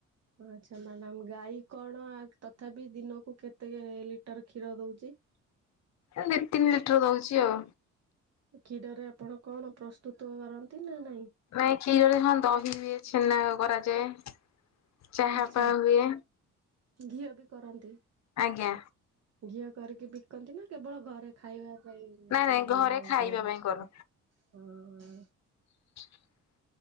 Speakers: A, on the right; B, on the left.
A: ଓ ଆଚ୍ଛା ମ୍ୟାଡାମ ଗାଈ କଣ ତଥାପି ଦିନକୁ କେତେ ଲିଟର କ୍ଷୀର ଦଉଛି। <inaudible>
B: ଏ ଦି ତିନି ଲିଟର ଦଉଛି ଆଉ।
A: କ୍ଷୀର ରେ ଆପଣ କଣ ପ୍ରସ୍ତୁତ କରନ୍ତି ନା ନାଇଁ।
B: ନାଇଁ କ୍ଷୀରରେ ହଁ ଦହି ଇଏ ଛେନା କରାଯାଏ। ଚାହା
A: ଆଛା
B: ଫାହା ହୁଏ
A: ଘିଅ ବି କରନ୍ତି।
B: ଆଜ୍ଞା।
A: ଘଝିଅ କରିକି ବିକନ୍ତି ନା କେବଳ ଘରେ ଖାଇବା ପାଇଁ
B: ନାଇଁ
A: ଆପଣ
B: ନାଇଁ
A: ବନଉଚ
B: ଘରେ ଖାଇବା ପାଇଁ କରୁ।
A: ହଁ।
B: <inaudible>